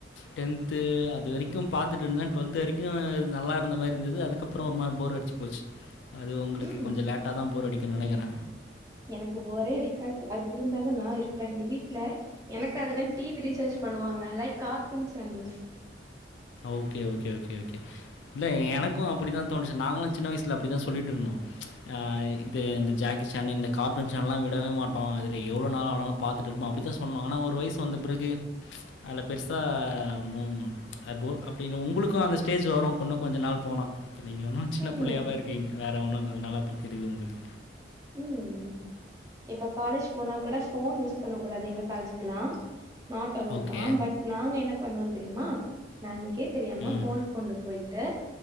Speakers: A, on the left; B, on the right.
A: டென்து அது வரைக்கு பாத்துட்ருந்த டுவெல்த் வரைக்கு நல்லா இருந்த மாரி இருந்தது அதுக்கப்புறம் ஒரு மாரி போர் அடிச்சு போச்சு அது உங்களுக்கு
B: ம்
A: கொஞ்ச லேட்டா தா போர் அடிக்கு நெனக்கிறே
B: எனக்கு போரே அடிக்காது அது இருந்தாதா நா இருப்பே எங்க வீட்ல எனக்காக தா டிவி ரீசார்ஜ் பண்ணுவாங்க like cartoon channels
A: okay okay okay okay இல்ல எனக்கு அப்டி தா தோணுச்சு நாங்களு சின்ன வயசில அப்டி தா சொல்லிட்ருந்தோ ஆ இது இந்த ஜாக்கி சான் இந்த கார்ட்டூன் சேனல்லா விடவே மாட்டோ அது எவ்ளோ நாள் ஆனாலு பாத்துட்டுர்ப்போ அப்டித்தா சொன்னா ஆனா ஒரு வயசு வந்த பிறகு அதுல பெருசா ஒண்ணும் அப்போ அப்படிங்க உங்களுக்கு அந்த ஸ்டேஜ் வரு இன்னு கொஞ்ச நாள் போனா இப்போ நீங்க இன்னு சின்ன
B: ம்
A: பிள்ளையாவ இருக்கீங்க வேறு ஒன்னு இல்ல அதனால அப்டி தெரியுது உங்களுக்கு
B: ம் இப்ப காலேஜ் போன கூட போன் யூஸ் பண்ண கூடாது எங்க காலேஜ்க்கெல்லா நாட் அலோவுட்
A: ஓகே.
B: தா பட் நாங்க என்ன பண்ணுவோ தெரியுமா மேமுக்கே தெரியாம
A: ம்,
B: போன் கொண்டு போயி ட்டு